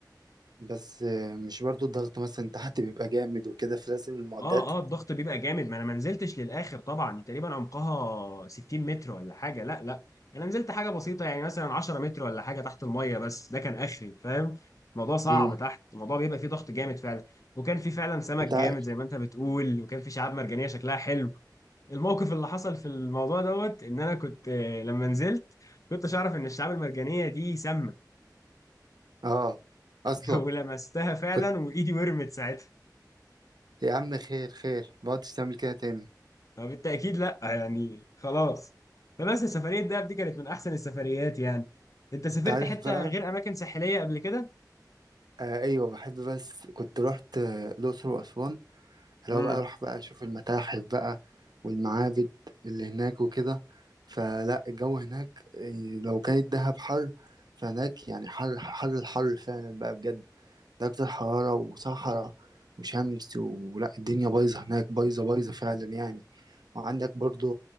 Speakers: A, on the right (about 65°); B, on the left (about 50°).
A: بس آه، مش برضو الضغط مثلا تحت بيبقى جامد وكده فلازم المعدات
B: اه اه الضغط بيبقى جامد ما انا ما نزلتش للاخر طبعا تقريبا عمقها 60 متر ولا حاجه لا لا انا نزلت حاجه بسيطه يعني مثلا 10 متر ولا حاجه تحت الميه بس ده كان اخري فاهم الموضوع صعب
A: امم
B: تحت الموضوع بيبقى فيه ضغط جامد فعلا وكان في فعلا سمك
A: انت
B: جامد
A: ع-
B: زي ما انت بتقول وكان في شعاب مرجانيه شكلها حلو الموقف اللي حصل في الموضوع دوت ان انا كنت آه، لما نزلت كنتش اعرف ان الشعاب المرجانيه دي سامه
A: اه اصلا
B: <laughs> ولمستها فعلا
A: كنت
B: وايدي ورمت ساعتها
A: يا عم خير خير ما عدتش تعمل كده تاني
B: فبالتاكيد لا يعني خلاص فبس سفريه دهب دي كانت من احسن السفريات يعني انت سافرت
A: انت عارف
B: حته
A: بقى
B: غير اماكن ساحليه قبل كده
A: آه ايوه بحب بس كنت رحت آه، الاقصر واسوان اللي
B: امم
A: هو بقى اروح بقى اشوف المتاحف بقى والمعابد اللي هناك وكده فلا الجو هناك إيه، لو كانت دهب حر فهناك يعني حر حر الحر فعلا بقى بجد درجة حرارة وصحراء وشمس ولا الدنيا بايظة هناك بايظة بايظة فعلا يعني وعندك برضو